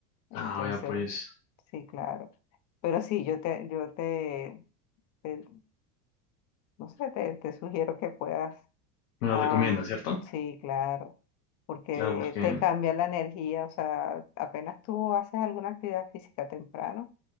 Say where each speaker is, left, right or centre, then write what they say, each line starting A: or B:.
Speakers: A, on the left; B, on the left.
A: Entonces,
B: Ah, ya pues.
A: sí, claro. Pero sí, yo te, yo te, te- no sé, te, te sugiero que puedas.
B: Me lo
A: am,
B: recomienda, ¿cierto?
A: sí, claro. Porque
B: Claro, porque
A: te cambia la energía. O sea, apenas tú haces alguna actividad física temprano